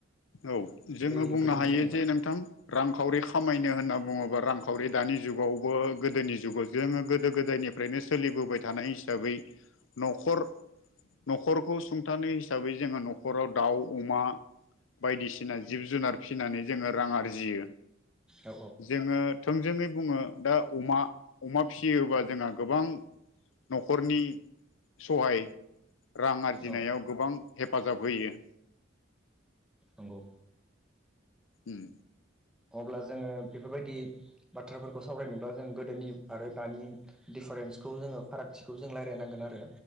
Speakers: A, on the left (about 80°); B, in the centre.
A: औ जोंङो
B: बै
A: बुंनो
B: गोदोनि
A: हायो
B: समावहाय
A: जे नोंथां रांखावरि खामायनो होनना बुङो रांखावरि दानि जुगावबो गोदोनि जुगाव जोंङो गोदो गोदायनिफ्रायनो सोलिबोबाय थानाय हिसाबै नखर नखरखौ सुंथानाय हिसाबै जोंङो नखराव दाउ अमा बायदिसिना जिब जुनार फिसिनानै जोंङो रां आरजियो
B: औ
A: जोंङो थोंजोङै बुङो दा अमा अमा फिसियोबा जोंहा गोबां नखरनि सहाय रां आरजिनायाव
B: औ
A: गोबां हेफाजाब होयो
B: नंगौ
A: उम
B: अब्ला जोङो बेफोरबायदि बाथ्राफोरखौ सावरायनोब्ला जों गोदोनि आरो दानि दि दिफारेन्सखौ जोंङो फारागथिखौ जों रायलायनांगोन आरो